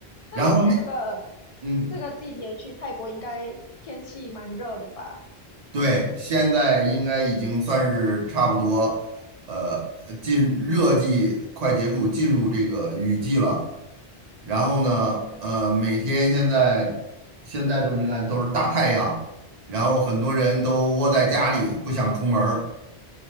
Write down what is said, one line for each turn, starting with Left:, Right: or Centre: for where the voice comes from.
Left: 但现在这个
Right: 然后那。嗯，
Left: 这个季节去泰国应该天气蛮热的吧？
Right: 对，现在应该已经算是差不多，呃，进热季快结束，进入这个雨季了。然后呢，
Left: 嗯
Right: 呃，每天现在现在都你看都是大太阳，然后很多人都窝在家里不想出门儿，